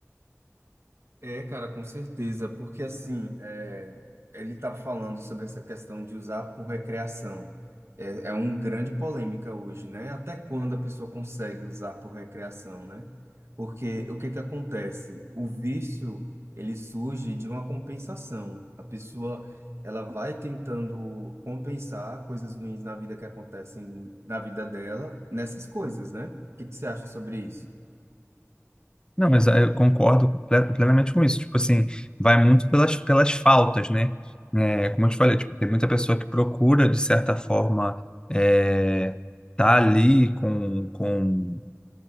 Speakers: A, on the right; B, on the left.
A: É, cara, com certeza, porque assim, é, ele estava falando sobre essa questão de usar por recreação. É, é uma grande polêmica hoje, né? Até quando a pessoa consegue usar por recreação, né? Porque o que que acontece? O vício, ele surge de uma compensação. A pessoa, ela vai tentando compensar coisas ruins na vida que acontecem na vida dela, nessas coisas, né? O que que você acha sobre isso?
B: Não, mas ah, eu concordo ple- plenamente com isso. Tipo assim, vai muito pelas, pelas faltas, né? É, como eu te falei, tipo, tem muita pessoa que procura, de certa forma, é, tá ali com, com